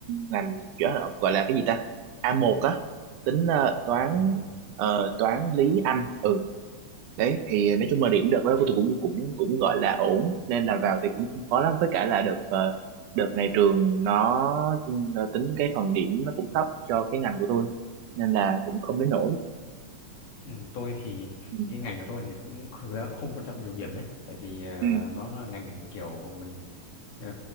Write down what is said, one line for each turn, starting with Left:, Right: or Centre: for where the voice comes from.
Right: ngành kiểu là gọi là cái gì ta a một á tính ờ, toán
Left: à ừ
Right: ờ, toán lý Anh ừ đấy thì nói chung là điểm đợt đó của tôi cũng cũng cũng gọi là ổn nên là vào thì cũng không khó lắm với cả là đợt ờ, đợt này trường nó nó tính cái phần điểm nó cũng thấp cho cái ngành của tôi nên là cũng không đến nỗi
Left: Ừ, tôi thì
Right: ừ
Left: cái ngành của tôi thì cũng thực ra cũng không quan trọng nhiều điểm ấy tại vì ờ,
Right: ừ
Left: nó là ngành kiểu mình ờ,